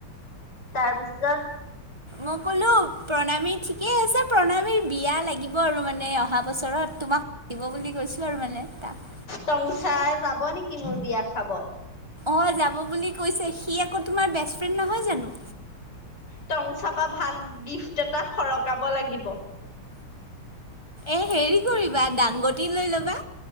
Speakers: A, on the left; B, on the right.
A: তাৰপিছত-
B: মই ক'লো প্ৰণামী ঠিকেই আছে। প্ৰণামীৰ বিয়া লাগিব আৰু মানে অহা বছৰত তোমাক- দিব বুলি কৈছোঁ আৰু মানে তাক।
A: টংচাই যাব নেকি মোৰ বিয়া খাব।
B: অঁ যাব বুলি কৈছে, সি আকৌ তোমাৰ বেষ্ট ফ্ৰেণ্ড নহয় জানো।
A: টংচা পা ভাল গিফ্ট এটা সৰকাব লাগিব।
B: এই হেৰি কৰিবা, দাংগটি লৈ ল'বা